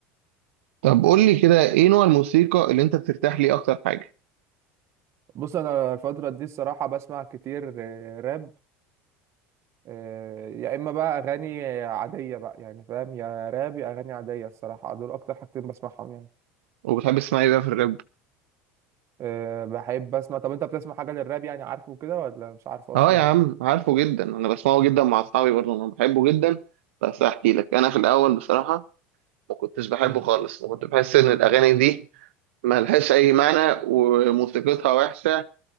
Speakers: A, on the right; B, on the right.
A: طب قول لي كده ايه نوع الموسيقى اللي انت بترتاح ليه اكتر حاجه
B: بص انا الفتره دي الصراحه بسمع كتير آه، راب آه، يا اما بقى اغاني عاديه بقى يعني فاهم يا راب يا اغاني عاديه الصراحه دول اكتر حاجتين بسمعهم يعني
A: وبتحب تسمع ايه بقى في الراب
B: آه، بحب اسمع طب انت بتسمع حاجه للراب يعني عارفه كده ولا مش عارفه اصلا
A: اه يا عم عارفه جدا انا بسمعه جدا مع اصحابي برضه انا بحبه جدا بس هحكي لك انا في الاول بصراحه ما كنتش بحبه
B: مم.
A: خالص وكنت بحس ان الاغاني دي ما لهاش اي معنى وموسيقتها وحشه